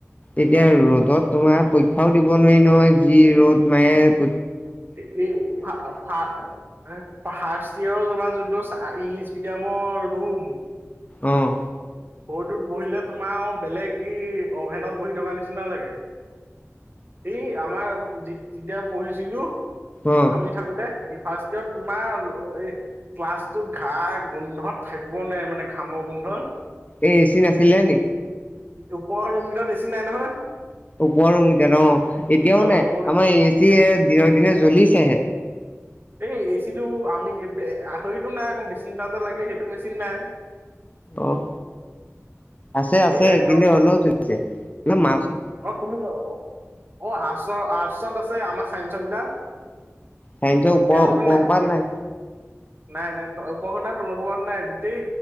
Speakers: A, on the left; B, on the right.
A: এতিয়া ৰ'দত তোমাৰ পৰীক্ষাও দিব নোৱাৰি নহয় যি ৰ'দ মায়ে
B: <unintelligible> ফাৰ্ষ্ট ইয়েৰ তমাৰ যোনটো ইংলিছ মিডিয়ামৰ ৰুম
A: অহ
B: সৰুটোত বহিলে তোমাৰ বেলেগ ই অভেনত বহি থকা নিচিনা লাগে। সেই আমাৰ যেতিয়া পঢ়িছিলো
A: অ
B: আমি থাকোতে তাকি ফাৰ্ষ্ট ইয়েৰত তোমাৰ এই ক্লাছটো ঘা গোন্ধত থাকিব নোৱাৰি মানে ঘামৰ গোন্ধ
A: এই এ চি নাছিলে নি
B: ওপৰৰ ৰুম কেইটা এই ছি নাই নহয়
A: ওপৰৰ ৰুমকেইটা অ এতিয়াও
B: অ
A: নাই
B: ওপৰ
A: আমাৰ এ চি দিনৰক দিনে জ্বলিছেহে
B: এই এ চিটো আমি বে- আহৰিটো নাই আকৌ, মেচিন ডালটো লাগে । সেইটো মেচিন নাই।
A: অ' । আছে - আছে,
B: এই একদম
A: কিন্তু হ'লেও চলিছে । এইখন মা
B: অ' তুমি অ'- অ' আৰ্টছৰ- আৰ্টছত আছে আমাৰ ছাইন্সৰ কেইটা।
A: চাইন্সৰ ওপৰ
B: এ অলপ
A: ওপৰ
B: নাথকে।
A: সোপাত নাই
B: নাই - নাই, ত ওপৰখ নাই, তলো হোৱা নাই। গোটেই